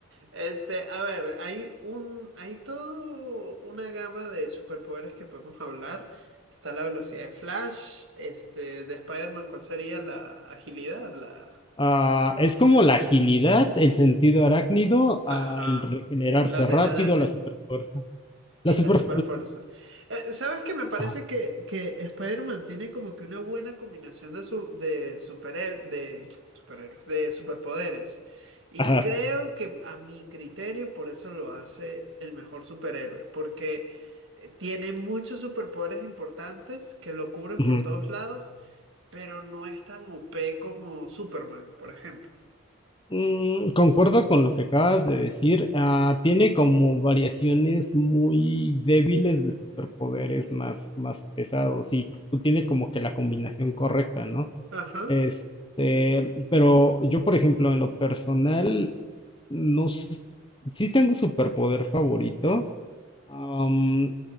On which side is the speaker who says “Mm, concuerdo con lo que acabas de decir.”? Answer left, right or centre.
Left